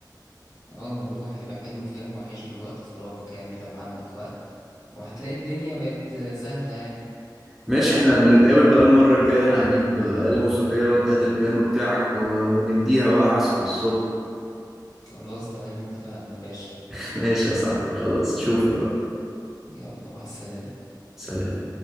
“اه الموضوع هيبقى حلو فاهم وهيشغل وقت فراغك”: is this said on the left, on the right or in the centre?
Left